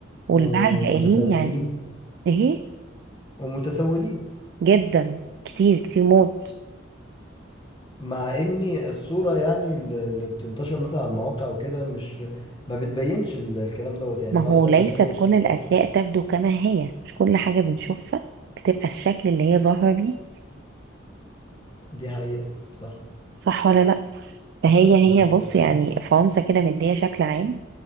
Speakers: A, on the right (about 60°); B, on the left (about 25°).
A: والباعة
B: آه،
A: الجائلين
B: ومتسولين
A: يعني ايه
B: ومتسولين
A: جدا كتير كتير موت
B: مع اني الصورة يعني الل- اللي بتنتشر مثلا على المواقع وكده مش ما بتبينش ال- الكلام دوت يعني
A: ما هو
B: واخدة
A: ليست
B: من زاوية واحدة
A: كل الأشياء
B: بس
A: تبدو كما هي مش كل حاجة بنشوفها بتبقى الشكل اللي هي ظاهرة بيه
B: دي حقيقة صح
A: صح ولا لأ فهي هي
B: مظبوط
A: بص يعني فرنسا كده مدية شكل عام